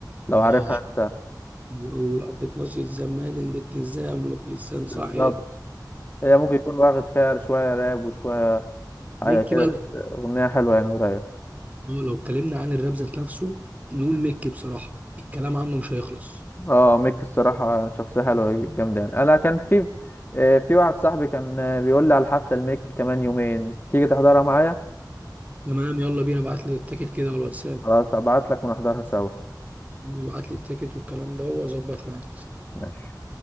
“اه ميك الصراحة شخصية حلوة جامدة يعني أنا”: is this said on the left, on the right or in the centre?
Left